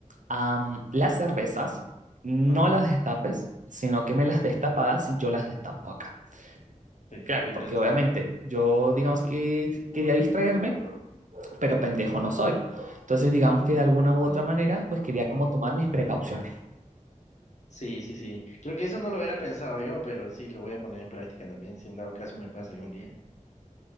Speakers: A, on the right (about 70°); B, on the left (about 60°).
A: am, las cervezas no
B: Ajá.
A: las destapes, sino que me las destapadas y yo las destapo acá.
B: Sí,
A: Claro,
B: bien
A: porque
B: pensado.
A: obviamente yo digamos que quería distraerme pero pendejo no soy. Entonces, digamos que de alguna
B: Ujú.
A: u otra manera, pues quería como tomar mis precauciones.
B: Sí, sí, sí. Creo que eso no lo hubiera pensado yo, pero sí lo voy a poner en práctica también, si en dado caso me pasa algún día.